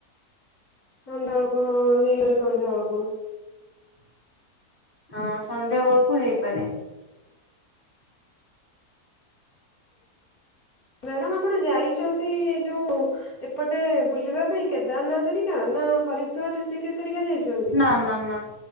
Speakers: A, on the left; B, on the left.
A: ସନ୍ଧ୍ୟାବେଳକୁ ହଁ ହେଇପାରେ ସନ୍ଧ୍ୟା ବେଳକୁ।
B: ହଁ ସନ୍ଧ୍ୟା ବେଳକୁ ହେଇପାରେ।
A: ମ୍ୟାଡ଼ାମ ଆପଣ ଯାଇଛନ୍ତି ଯୋଉ ଏପଟେ ବୁଲିବା ପାଇଁ। କେଦାରନାଥ ହେରିକା ନା ହରିଦାର ଋଷିକେଶ ହେରିକା ଯାଇଛନ୍ତି।
B: ନା ନା ନା